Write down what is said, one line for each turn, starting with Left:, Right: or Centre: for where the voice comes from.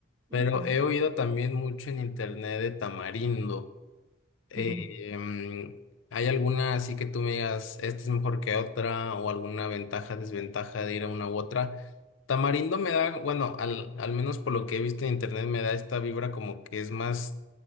Left: pero
Right: Ujú,
Left: he oído también mucho en internet de Tamarindo. Eh,
Right: <laughs> ujú,
Left: em, ¿hay alguna así que tú me digas, esta es mejor que otra o alguna ventaja, desventaja de ir a una u otra? Tamarindo me da, bueno, al, al menos por lo que he visto en internet, me da esta vibra como que es más